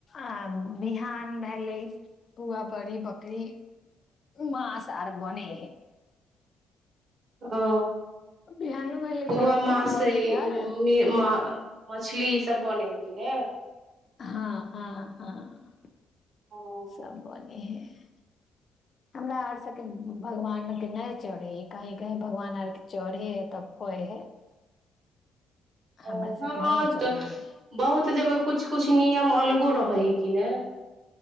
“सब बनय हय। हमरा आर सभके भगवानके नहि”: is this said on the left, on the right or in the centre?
Left